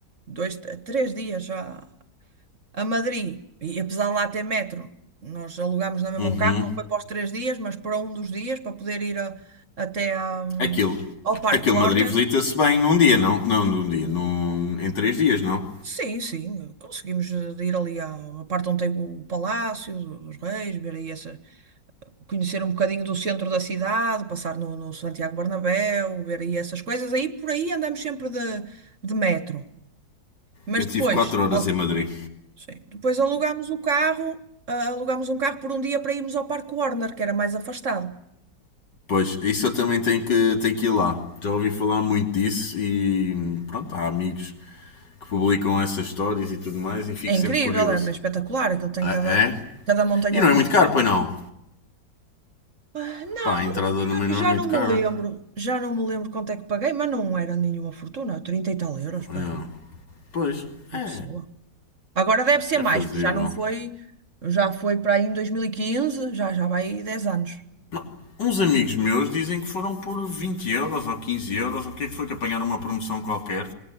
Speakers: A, on the right; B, on the left.
A: dois, três dias já a Madrid, e apesar de lá ter metro, nós alugámos na mesma
B: Uhum.
A: um carro, não foi para os três dias, mas para um dos dias, para poder ir a- até a, hum,
B: Aquilo.
A: ao Parque
B: Aquilo
A: Warner.
B: Madrid visita-se bem num dia, não? Não, num dia. Num... Em três dias, não?
A: Sim, sim, conseguimos eh, ir ali à, à parte onde tem o Palácio dos Reis, ver aí essa, conhecer um bocadinho do centro da cidade, passar no, no Santiago Bernabéu, ver aí essas coisas. Aí por aí andamos sempre de, de metro. Mas
B: Eu tive
A: depois,
B: quatro horas
A: a-
B: em Madrid.
A: Sim. Depois alugámos o carro, ah, alugámos um carro por um dia para irmos ao Parque Warner, que era mais afastado.
B: Pois, isso eu também tenho que, tenho que ir lá. Já ouvi falar muito disso e pronto, há amigos que publicam essas histórias e tudo mais e fico
A: É
B: sempre
A: incrível,
B: curioso.
A: é espetacular, aquilo tem
B: Ah,
A: cada,
B: É?
A: cada montanha
B: E não
A: russa.
B: é muito caro, pois não?
A: Ah, não,
B: Pá, a entrada
A: não,
B: também
A: eu
B: não
A: já
B: é muito
A: não
B: cara.
A: me lembro, já não me lembro quanto é que paguei, mas não era nenhuma fortuna, 30 e tal euros para
B: É.
A: aí,
B: Pois,
A: por
B: é.
A: pessoa. Agora deve ser
B: É,
A: mais,
B: é fazível.
A: porque já não foi, já foi para aí em 2015, já, já vai aí 10 anos.
B: Não. Uns amigos meus dizem que foram por 20 euros ou 15 euros, ou o que é que foi que apanharam uma promoção qualquer,